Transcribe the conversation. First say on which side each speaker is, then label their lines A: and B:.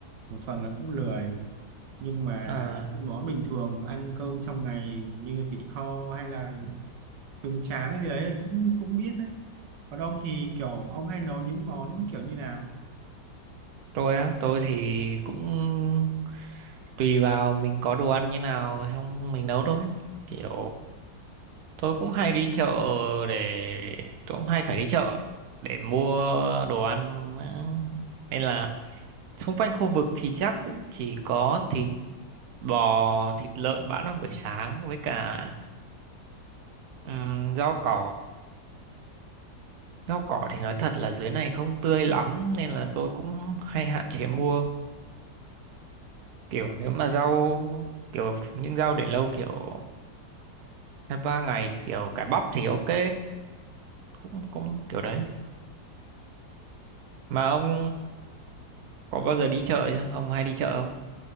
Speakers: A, on the right; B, on the right.
A: một phần nó cũng lười nhưng mà
B: à,
A: những món bình thường ăn cơm trong ngày như thịt kho hay là trứng tráng gì đấy cũng cũng biết đấy còn ông thì kiểu ông hay nấu những món kiểu như nào
B: tôi á tôi thì cũng tùy vào mình có đồ ăn như nào xong mình nấu thôi kiểu tôi cũng hay đi chợ để tôi cũng hay phải đi chợ để mua đồ ăn á. nên là xung quanh khu vực thì chắc cũng chỉ có thịt bò thịt lợn bán vào buổi sáng với cả ừm, rau cỏ rau cỏ thì nói thật là dưới này không tươi lắm nên là tôi cũng hay hạn chế mua kiểu nếu mà rau kiểu những rau để lâu kiểu hai ba ngày kiểu cải bắp thì ok cũng cũng kiểu đấy Mà ông có bao giờ đi chợ chưa? Ông hay đi chợ không?